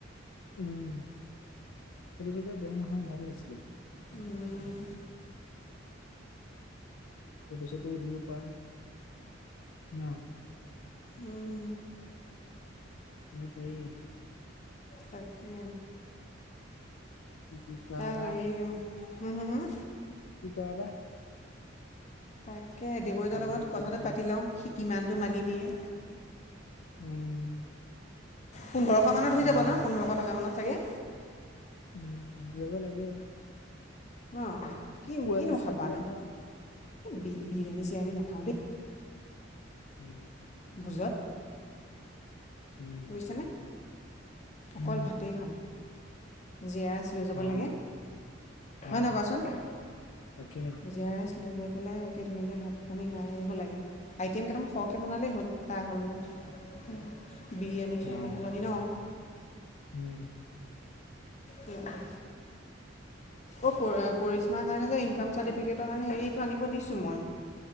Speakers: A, on the left (about 85°); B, on the left (about 40°).
A: উম সেটো জেগা বেয়া নহয় ভাল লৈছে।
B: উম
A: ফটো ছটো উঠিব পাৰে ন
B: উম
A: ন তাই
B: তাকে
A: কি কৰা
B: কাক
A: বা
B: এইম হুম হুম হুম।
A: কি কাৱা বা?
B: তাকে দেবইতৰ
A: প্লেনটো
B: লগত
A: ক'ত
B: কথাটো
A: বনাই
B: পাতি লওঁ সি কিমানটো মানি দিয়ে?
A: উম।
B: পোন্ধৰশ মানত হৈ
A: উম
B: যাব ন পোন্ধৰশ টকা মানত চাগে।
A: উম যাব লাগে।
B: ম কিন
A: পোৱালি
B: কিনো
A: চাই
B: খাবানো
A: পেলাইহে
B: এ বি বিৰিয়ানী চিৰিয়ানী নাখাওঁ দে।
A: উম।
B: ভোজাত
A: উম,
B: বুইছানে অকল
A: উম,
B: ভাতেই খাম জিৰা লৈ যাব
A: অ',
B: লাগে হয়
A: অ',
B: নই কোৱাচোন
A: তাকে
B: জি আৰ এছ লৈ গৈ পেলাই একে ধুনীয়াকৈ ভাত পানী খাই আহিব লাগে। আইটেম কেইটামান সৰহকে বনালে হ'ল তা সলনি বিৰিয়ানী চিৰিয়ানী
A: অ',
B: সলনি ন।
A: উম।
B: উম উম। অ কৰ কৰিশ্মাৰ কাৰণে যে ইনকাম চাৰ্টিফিকেটৰ কাৰণে হেৰিটো আনিব দিছোঁ মই।